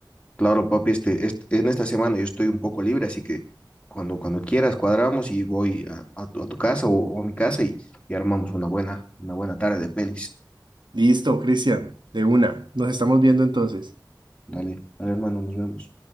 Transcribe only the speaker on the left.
Claro, papi, este, este- en esta semana yo estoy un poco libre, así que cuando, cuando quieras cuadramos y voy a, a tu, a tu casa o, o a mi casa y, y armamos una buena, una buena tarde de pelis.
Dale, dale, hermano, nos vemos.